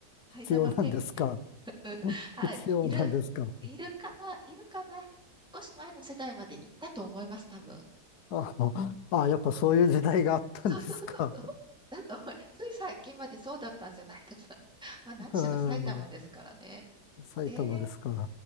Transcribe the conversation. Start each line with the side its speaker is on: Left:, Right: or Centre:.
Centre: 埼玉県民。
Left: 必要なんですか
Centre: うん。
Left: <laughs>
Centre: あ、
Left: 必要なんですか
Centre: いる、いるかないるかな少し前の世代まで行ったと思います、多分。
Left: <laughs> ああ、やっぱそういう時代があったんですか
Centre: そうそうそうそう。だと思う、つい最近までそうだったんじゃないかな。<laughs> まあ何しろ埼玉ですからね。
Left: うん、埼玉ですから。
Centre: ええ